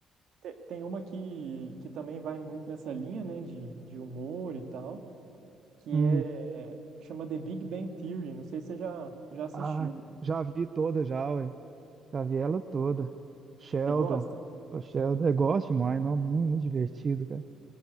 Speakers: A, on the right; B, on the right.
A: te- tem uma que, que também vai muito nessa linha, né, de, de humor e tal, que
B: hum.
A: é chama The Big Bang Theory. Não sei se você já já assistiu.
B: Ah, já vi toda já, ué. Já vi ela toda. Sheldon.
A: Você gosta?
B: Sou Sheldon. Eu gosto demais, não? Muito, muito divertido, cara.